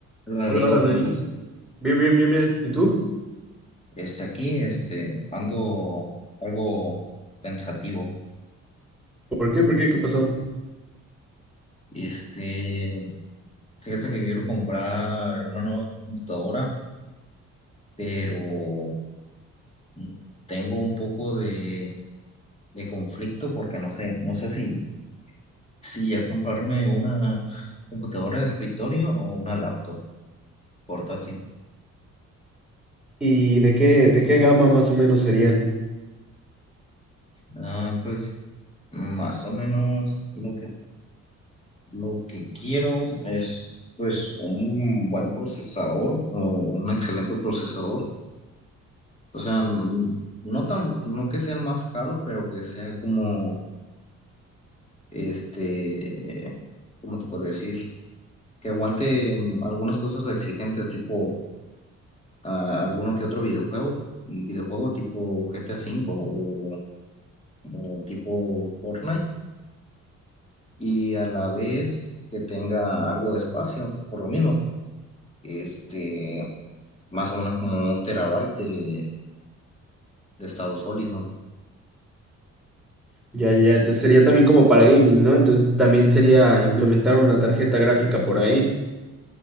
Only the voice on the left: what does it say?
Hola
Diego,
¿cómo
estás?
Este, aquí, este, ando algo pensativo.
Este, fíjate que quiero comprar una nueva computadora, pero mm, tengo un poco de, de conflicto porque no sé, no sé si, si ya comprarme una computadora de escritorio o una laptop portátil.
Ah, pues más o menos lo que Lo que quiero es, pues, un buen procesador o un excelente procesador. O sea, n- no tan, no que sea el más caro, pero que sea como, este, ¿cómo te podría decir? Que aguante mm, algunas cosas exigentes, tipo ah, alguno que otro videojuego, un videojuego tipo GTA V o, o tipo Fortnite, y a la vez que tenga algo de espacio, por lo mismo. Este. más o menos como un terabyte de, de estado sólido,